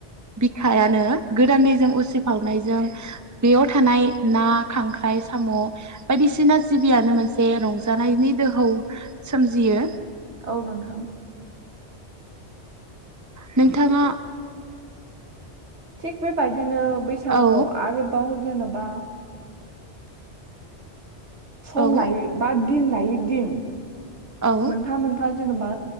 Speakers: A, on the right; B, on the right.
A: बिखायानो गोदान दै जों उसिफावनायजों बेयाव थानाय ना खांख्राइ साम बायदिसिना जिबियानो मोनसे रंजानायनि दोहौ सोमजियो।
B: औ नोंथां
A: नोंथाङा
B: थिग बेबा बिदिनो बैसागुआव
A: औ
B: आरोबाव जेनेबा सम
A: औ
B: लायो बा दिन लायि दिन
A: औ
B: मोनफा मोनफा जेनेबा